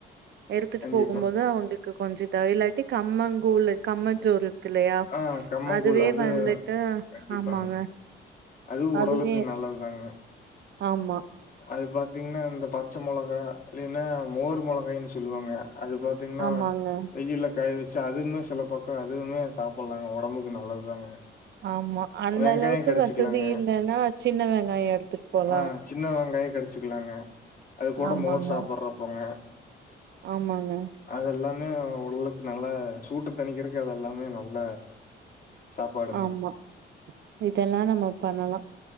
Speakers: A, on the right; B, on the left.
A: எடுத்துட்டு
B: கண்டிப்பா.
A: போகும்போது அவங்களுக்கு கொஞ்ச த இல்லாட்டி கம்மங்கூழு கம்மஞ்சோறு இருக்கு இல்லையா
B: ஆ கம்மங்கூழ்
A: அதுவே
B: அது
A: வந்துட்டு
B: கண்டிப்பாங்க.
A: ஆமாங்க
B: அது உடலுக்கு
A: அதுவே
B: நல்லதுதாங்க
A: ஆமா
B: அது பாத்தீங்கன்னா இந்த பச்ச மொளகா இல்லைன்னா மோர் மொளகாய்ன்னு சொல்லுவாங்க அது பாத் தீங்கன்னா
A: ஆமாங்க
B: வெயில்ல காய‌ வச் சா அதுவுமே சில பக்கம் அதுவுமே சாப்புட்லாங்க ஒடம்புக்கு நல்லதுதாங்க
A: ஆமா அந்தளவுக்கு
B: வெங்காயம் கடிச்சுக்கலாங்க.
A: வசதி இல்லைன்னா சின்ன வெங்காய எடுத்துட்டு போலா
B: ஆ சின்ன வெங்காய கடிச்சிக்கலாங்க அது கூட
A: ஆமாங்க
B: மோர் சாப்புட்றோப்போங்க
A: ஆமாங்க
B: அது எல்லாமே உடலுக்கு நல்லா சூட்டு தணிக்கிறதுக்கு அதெல்லாமே நல்ல சாப்பாடுங்க.
A: ஆமா இதெல்லா நம்ம பண்ணலா